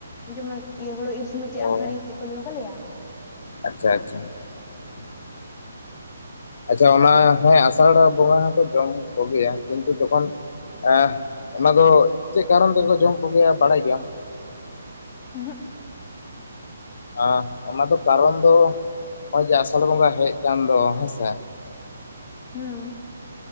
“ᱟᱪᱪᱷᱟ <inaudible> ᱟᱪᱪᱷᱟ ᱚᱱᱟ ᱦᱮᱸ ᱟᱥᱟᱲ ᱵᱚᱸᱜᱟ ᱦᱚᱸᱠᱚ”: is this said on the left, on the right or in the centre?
Left